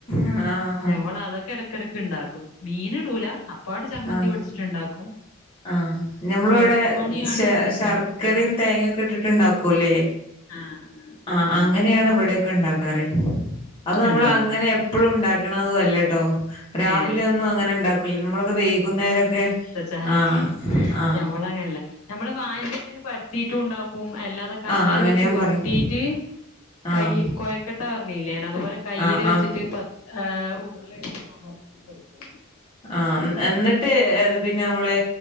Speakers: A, on the left; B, on the left.
A: ആഹ് ആഹ്
B: ഞമ്മള് അതൊക്കെ എടക്കെടെക്ക് ഉണ്ടാക്കും മീന് ട്ടൂല അപ്പാട് ചമ്മന്തി
A: ആഹ്
B: പൊടിച്ചിട്ടുണ്ടാക്കും.
A: ആഹ് ഞമ്മളിവിടെ
B: എളുപ്പ പണിയാണ് ഉം
A: ശർക്കരിം തേങ്ങൊക്കെ ഇട്ടിട്ട്ണ്ടാക്കൂല്ലേ?
B: ആഹ്
A: ആഹ് അങ്ങനെയാണ് ഇവിടെക്കെ ഉണ്ടാക്കാറ് അത് നമ്മൾ
B: അതെയോ
A: അങ്ങനെ എപ്പളും ഉണ്ടാക്കണതും അല്ലേട്ടോ രാവിലെ
B: ഏഹ്
A: ഒന്നും അങ്ങനെ ഉണ്ടാക്കൂല നമ്മളൊക്കെ വൈകുന്നേരൊക്കെ
B: <unintelligible>
A: ആഹ് ആഹ്
B: ഞമ്മള് അങ്ങനെയല്ല നമ്മള് വാഴന്റെ എലേല് പര ത്തീട്ടും ഉണ്ടാക്കും അല്ലാതെ കൈയിൽ
A: ആഹ് അങ്ങനെ
B: വെച്ച്
A: ഞാൻ
B: ഉരുട്ടീട്ട്
A: പറയും ആഹ്
B: കൈ കൊഴക്കട്ട പറഞ്ഞില്ലേ ഞാന് അതുപോലെ കയ്യിൽ
A: ആഹ്
B: വച്ചിട്ട്
A: ആഹ്
B: പത്ത് ഏഹ് ഉരുള എടുത്തിട്ട് അമർത്തി കൊടുക്കും
A: ആഹ് എന്നിട്ട് പിന്നെ നമ്മള്